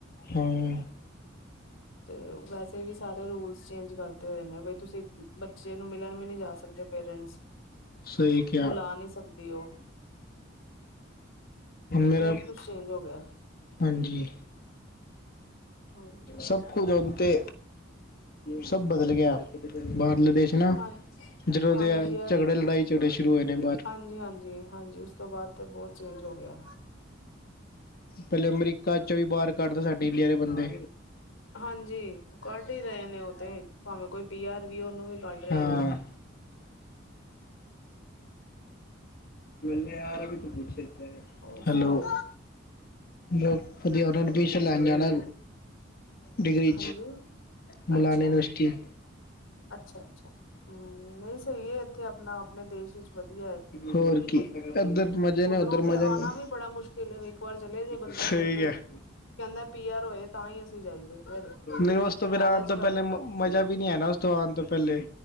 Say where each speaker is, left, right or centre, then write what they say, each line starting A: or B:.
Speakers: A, on the left; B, on the left.
A: ਹੂੰ
B: ਤੇ ਵੈਸੇ ਵੀ ਐਸਸਚੇਂਜ ਕਰਤੇ ਹੋਏ ਨੇ ਤੁਸੀ ਬੱਚੇ ਨੂੰ ਮਿਲਣ ਵੀ ਨੀ ਜਾ ਸਕਦੇ ਪੇਰੇਂਟਸ।
A: ਸਹੀ ਕਿਹਾ
B: ਬੁਲਾ ਨਹੀ ਸਕਦੀ ਉਹ।
A: ਮੇਰਾ
B: ਬਹੁਤ ਕੁਛ ਚੇਂਜ ਹੋ ਗਿਆ
A: ਹਾਂਜੀ
B: ਹਾਂਜੀ
A: ਸਭ ਕੁਝ ਹੁਣ ਤੇ ਸਭ ਬਦਲ ਗਿਆ। ਬਾਹਰਲੇ ਦੇਸ਼ ਹਨਾ
B: ਹਾਂ
A: ਜਦੋਂ
B: ਹਾਂਜੀ
A: ਦੇ ਆ
B: ਇਹ
A: ਝਗੜੇ ਲੜਾਈ- ਝਗੜੇ ਸ਼ੁਰੂ ਹੋਏ ਨੇ ਬਾਹਰ।
B: ਹਾਂਜੀ ਹਾਂਜੀ ਹਾਂਜੀ ਉਸ ਤੋਂ ਬਾਅਦ ਤੇ ਬਹੁਤ ਚੇਂਜ ਹੋ ਗਿਆ।
A: ਪਹਿਲੇ ਅਮਰੀਕਾ ਚ ਵੀ ਬਾਹਰ ਕੱਢਦਾ ਸਾਡੇ ਇੰਡੀਆ ਦੇ ਬੰਦੇ
B: ਹਾਂਜੀ ਕੱਢ ਹੀ ਰਹੇ ਨੇ ਉਹ ਤੇ ਭਾਵੇਂ ਕੋਈ ਪੀ -ਆਰ ਵੀ ਉਹਨੂੰ ਵੀ ਕੱਢ ਰਹੇ ਨੇ।
A: ਹਾਂ, ਨੇ ਆਰ ਵੀ
B: ਹੋਰ
A: ਹੈਲੋ
B: ਸੁਣਾਓ।
A: ਵਧੀਆ ਉਹਨੂੰ ਐਡਮਿਸ਼ਨ ਲੈਣ ਜਾਣਾ ਡਿਗਰੀ
B: ਹਾਂਜੀ
A: ਮੁਲਾਨਾ
B: ਅੱਛਾ
A: ਯੂਨੀਵਰਸਿਟੀ
B: ਅੱਛਾ ਅੱਛਾ ਹੂੰ ਨਹੀਂ ਸਹੀ ਐ ਇੱਥੇ ਆਪਣਾ- ਆਪਣੇ ਦੇਸ਼ ਵਿੱਚ ਵਧੀਆ ਏੈ
A: ਹੋਰ ਕੀ ਇੱਧਰ ਮਜ਼ੇ ਨੇ
B: ਉੱਧਰੋਂ
A: ਉੱਧਰ
B: ਤੇ
A: ਮਜ਼ੇ
B: ਆਉਣਾ
A: ਨਹੀਂ
B: ਵੀ ਬੜਾ ਮੁਸ਼ਕਲ। ਵਲੇ ਇੱਕ ਵਾਰ ਚਲੇ ਜੇ ਬੰਦਾ
A: ਸਹੀ
B: ਫਿਰ ਤੇ
A: ਹੈ
B: ਕਹਿੰਦਾ ਪੀ- ਆਰ ਹੋਏ ਤਾਂ ਹੀ ਅਸੀਂ ਜਾਈਏ। ਫਿਰ
A: ਨਹੀਂ ਉਸ ਤੋਂ ਫੇਰ
B: ਲਾਲਚ
A: ਆਉਣ ਤੋਂ
B: ਪੈ
A: ਪਹਿਲੇ
B: ਜਾਂਦਾ।
A: ਮਜ਼ਾ ਵੀ ਨਹੀਂ ਆਉਣਾ ਥੋਂ ਆਉਣ ਤੋਂ ਪਹਿਲੇ